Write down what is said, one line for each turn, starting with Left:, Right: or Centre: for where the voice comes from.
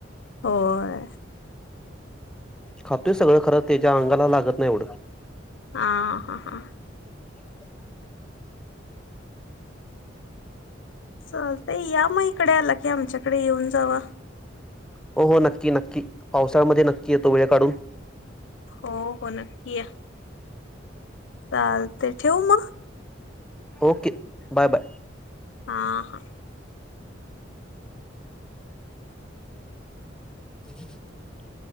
Left: होय
Centre: खातोय सगळं खरं त्याच्या अंगाला लागत नाय एवढं
Left: हां हां हां
Centre: <inaudible>
Left: चालतय या मग इकडे आला की आमच्याकडे येऊन जावा
Centre: हों हों नक्की नक्की पावसाळ्यामध्ये नक्की येतो वेळ काढून
Left: हो, हो नक्की या. चालतय. ठेवू मग?
Centre: Okay bye bye.
Left: हां, हां.
Centre: <inaudible>